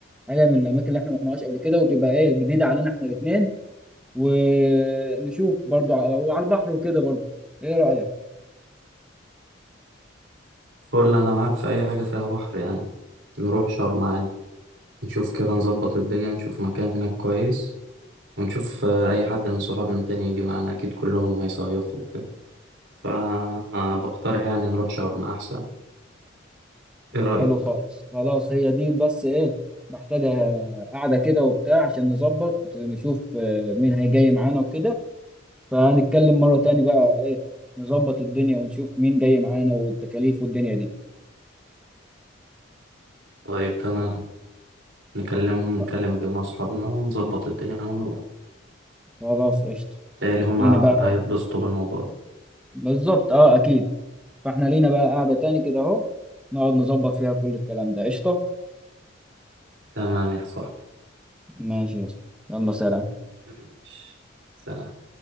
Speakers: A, in the centre; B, on the right.
A: حاجه من الاماكن اللي احنا ما رحناهاش قبل كده وتبقى ايه جديده علينا احنا الاثنين ونشوف برضو على وعلى البحر وكده برضو ايه رايك
B: فل أنا معاك في أي حاجة فيها بحر يعني نروح شرم عادي نشوف كده نظبط الدنيا نشوف مكان هناك كويس ونشوف آه، أي حد من صحابنا تاني يجي معانا أكيد كلهم هيصيفوا وكده فأنا بقترح يعني نروح شرم أحسن ايه رأيك
A: حلو خالص خلاص هي دي بس ايه محتاجه قاعده كده وبتاع عشان نظبط نشوف آه، مين هيجي معانا وكده فهنتكلم مرة تاني بقى ايه نظبط الدنيا ونشوف مين جاي معانا والتكاليف والدنيا دي
B: طيب تمام نكلمهم
A: خ-
B: نكلم الجماعة اصحابنا ونظبط الدنيا ونروح
A: خلاص قشطة
B: تالي هما
A: لينا بقى
B: هيتبسطوا بالموضوع ده
A: بالظبط اه اكيد فاحنا لينا بقى قاعدة تاني كده اهو نقعد نظبط فيها كل الكلام ده قشطة
B: تمام يا صاحبي
A: ماشي يا اسطى. يلا سلام
B: ماشي. سلام